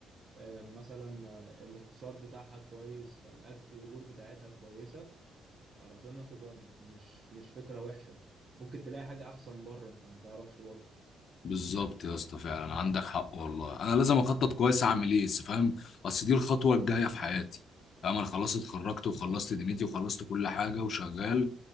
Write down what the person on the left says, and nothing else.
بالظبط يا اسطى فعلا عندك حق والله انا لازم اخطط كويس اعمل ايه بس فاهم اصل دي الخطوة الجاية في حياتي فاهم انا خلاص اتخرجت وخلصت دنيتي وخلصت كل حاجة وشغال